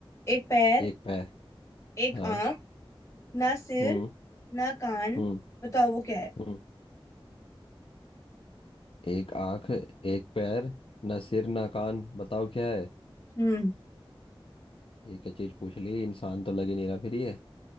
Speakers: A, on the left; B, on the left.
A: एक पैर
B: एक पैर
A: एक
B: हाँ
A: आंख ना सिर
B: हम्म
A: ना कान
B: हम्म
A: बताओ वो क्या है
B: हम्म एक आंख एक पैर ना सिर ना कान बताओ क्या है
A: हम्म
B: ये क्या चीज पूछ ली इंसान तो लग ही नहीं रहा फिर ये